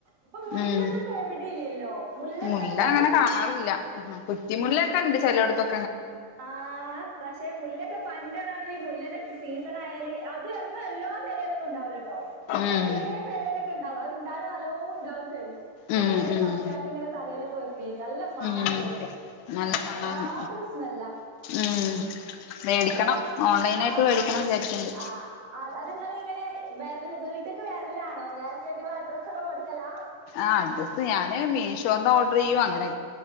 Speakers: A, on the right; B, on the left.
A: ഇപ്പൊ മുല്ലായിപ്പൊ
B: ഉം
A: എവിടെ ഇല്ലല്ലോ മുല്ലൊക്കെ
B: മുല്ല
A: പറഞ്ഞാല്
B: അങ്ങനെ കാണാറില്ല കുറ്റിമുല്ല ഒക്കെ ഉണ്ട് ചെലോട്ത്തൊ
A: ആ പക്ഷെ മുല്ലൊക്കെ പണ്ട് <unintelligible> ഈ മുല്ലനെ സീസൺ ആയാല് അത് എന്നും എല്ലോ പെരേലൊന്നും ഉണ്ടാവൂലെട്ടോ
B: ഉം
A: ഏതേം പെരല ഉണ്ടാവും അത് ഉണ്ടാവണ നല്ലോണം ഉണ്ടാവുകയും ചെയ്യും
B: ഉം
A: കുറെ
B: ഉം
A: പറിച്ചായിട്ട് ഇങ്ങനെ തലയിലൊക്കെ വെ നല്ല മണാണല്ലേ
B: ഉം
A: അന്
B: നല്ല കാണാന്
A: അതാത്തൊരു സ്മെല്ലാ
B: ഉം മേടിക്കണം
A: അതെ
B: ഓൺലൈനായിട്ട്
A: ആ
B: മേടിക്കണം വിചാരിക്കണ്ട്
A: ആ അത് അതിങ്ങള് ഇങ്ങനെ വേറെല്ല ഇത് വീട്ടേക്ക് വരലാണോ നേരത്തൊയിട്ട് നിങ്ങള് അഡ്രസ് ഒക്ക കൊടുത്തലോ
B: ആ ഡ്രസ്സ് ഞാന് മീഷോന്ന് ഓർഡ്രിയ്യും അങ്ങനെ